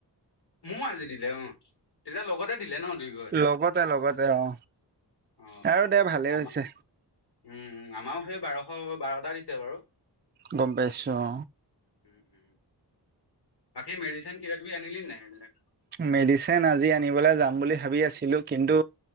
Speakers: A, on the left; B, on the right.
A: মো আজি দিলে অ তেতিয়া লগতে দিলে ন দুয়োঘৰে
B: লগতে লগতে অ
A: অ
B: আৰু
A: অ
B: দে ভালেই
A: আমাৰ
B: হৈছে
A: উম আমাৰও সেই বাৰশ বাৰটা দিছে বাৰু
B: গম পাইছোঁ অ
A: উম উম বাকি মেডিচিন কিবা কিবি আনিল নাই এইবিলাক
B: মেডিচিন আজি আনিবলে যাম বুলি ভাবি আছিলো কিন্তু